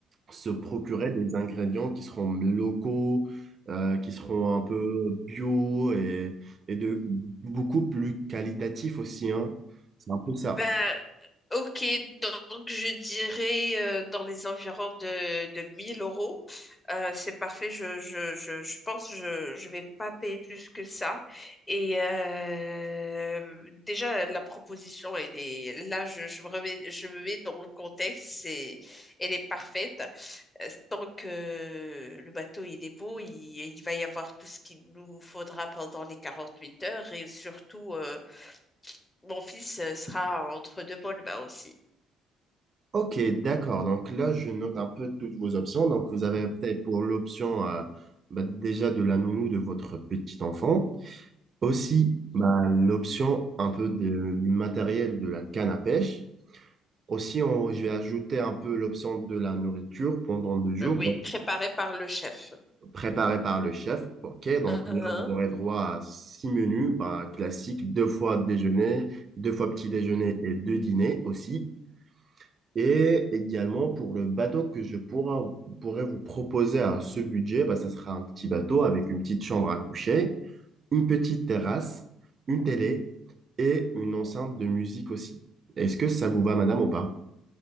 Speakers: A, on the right; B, on the left.
A: se procurer des ingrédients qui seront locaux, euh, qui seront un peu bio et, et de beaucoup plus qualitatifs aussi, hein. C'est un peu ça.
B: Ben Ok, donc je dirais euh, dans les environs de, de 1000 euros. Euh, c'est parfait, je, je, je, je pense que je, je vais pas payer plus que ça. Et euh, déjà, la proposition, elle est, là, je, je me remets, je me mets dans le contexte, c'est, elle est parfaite. Euh, Tant que le bateau, il est beau, il, il va y avoir tout ce qu'il nous faudra pendant les 48 heures et surtout, euh, mon fils euh, sera entre deux bonnes mains aussi.
A: Ok, d'accord. Donc là, je note un peu toutes vos options. Donc vous avez peut-être pour l'option euh, bah, déjà de la nounou de votre petit enfant. Aussi, bah, l'option un peu de- du matériel de la canne à pêche. Aussi, on- je vais ajouter un peu l'option de la nourriture pendant deux jours,
B: Euh, oui,
A: donc
B: préparé par le chef.
A: préparée par le chef. OK, donc
B: Uhum.
A: là, vous aurez droit à six menus bah, classiques, deux fois déjeuner, deux fois petit déjeuner et deux dîners aussi. Et également, pour le bateau que je pourra- pourrais vous proposer à ce budget, bah, ça sera un petit bateau avec une petite chambre à coucher, une petite terrasse, une télé et une enceinte de musique aussi. Est-ce que ça vous va, madame, ou pas?